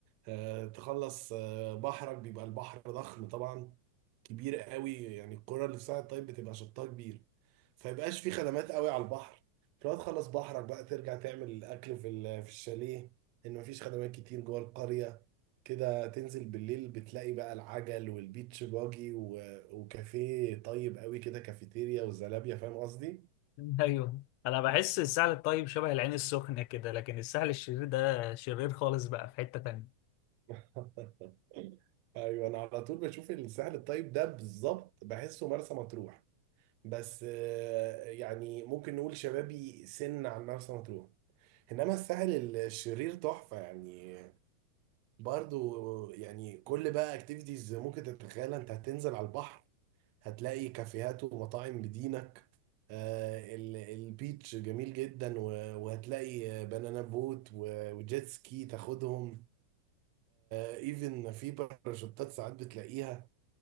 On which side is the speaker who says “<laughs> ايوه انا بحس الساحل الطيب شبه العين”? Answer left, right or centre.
Left